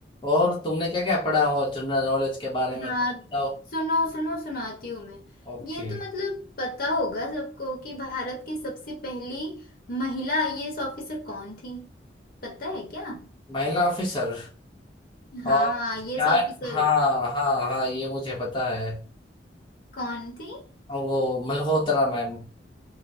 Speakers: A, on the left; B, on the left.
A: और तुमने क्या क्या पढ़ा हो जनरल नॉलेज के बारे
B: हाँ
A: में थोड़ा बताओ
B: सुनो सुनो सुनाती हूँ मैं
A: ओके
B: ये तो मतलब पता होगा सबको कि भारत की सबसे पहली महिला आईएएस ऑफिसर कौन थी पता है क्या
A: महिला ऑफिसर
B: हाँ
A: और
B: आईएएस
A: क्या
B: ऑफिसर
A: हाँ हाँ हाँ ये मुझे पता है
B: कौन थी
A: और वो मल्होत्रा मैम